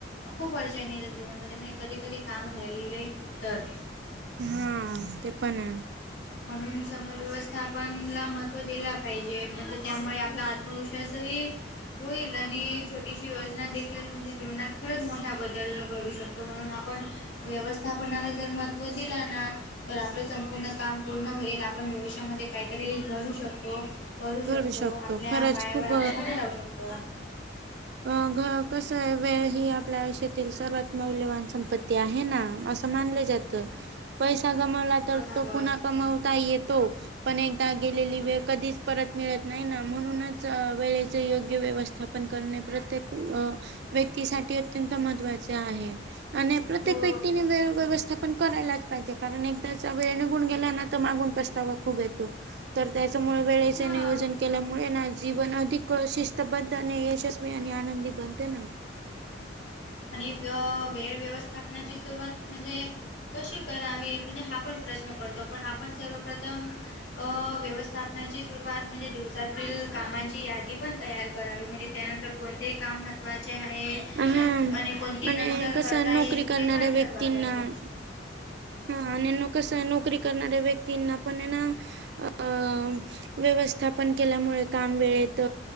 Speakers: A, on the left (about 85°); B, on the right (about 60°).
A: खूप अडचनी येतात जीवनमध्ये म्हणजे कधी कधी काम राहिलेले तर
B: हा ते पण आहे
A: म्हणून सम व्यवस्थापनला महत्त्व दिला पाहिजे म्हणजे त्यामुळे आपला भविष्यासही होईल आणि छोटीशी योजना देखील खील म्हणजे जीवनात खरंच मोठा बदल घडू शकतो म्हणून आपण व्यवस्थापनाला जर महत्त्व दिलं ना तर आपल संपूर्ण काम पूर्ण होईल आपण भविष्यामध्ये काहीतरी घडू शकतो करू
B: घडू
A: शकतो आपल्या
B: खरंच
A: पायावर
B: खूप
A: आपण उभे राहू शकतो
B: अ घ कस आहे वेळ ही आपल्या आयुष्यातील सर्वात मौल्यवान संपत्ती ते आहे ना असं मानलं जातं पैसा गमवला तर
A: बराबर
B: तो पुन्हा कमवता येत तो पण एकदा गेलेली वेळ कधीच परत मिळत नाही ना म्हणूनचं चं वेळेचे योग्य व्यवस्थापन करणे प्रत्येक अ व्यक्तीसाठी अत्यंत महत्त्वाचे आहे आणि प्रत्येक
A: हो
B: व्यक्तीने वेळ व्यवस्थापण करायलाच पाहिजे कारण एकदाचा वेळ निघून गेला ना तर मागून पश्तावा खूप येतो तर त्याच्यामुळे वेळेचे
A: हां
B: नियोजन केल्यामुळे ना जीवन अधिक शिस्तबद्ध आणि यशस्वी <unintelligible> आणि आनंदी बनते ना
A: आणि व्य वेळ व्यवस्थापनाची सुरुवात म्हणजे कशी करावी म्हणजे हा पण प्रश्न पडतो पण आपण सर्वप्रथम अ व्यवस्थापनाची सुरुवात म्हणजे दिवसातील कामांची यादी पण तयार करावी म्हणजे त्यानंतर कोणतेही काम महत्त्वाचे आहे
B: हां
A: आणि कोणती
B: आणि
A: नंतर
B: कसं
A: करता
B: नोकरी
A: येईल
B: करणाऱ्या
A: ते पण ठरवा
B: व्यक्तींना
A: पाहिजे
B: हा आणि म कस आहे नोकरी करणाऱ्या व्यक्तींना पण आहे ना अ अ व्यवस्थापन केल्यामुळे काम वेळेत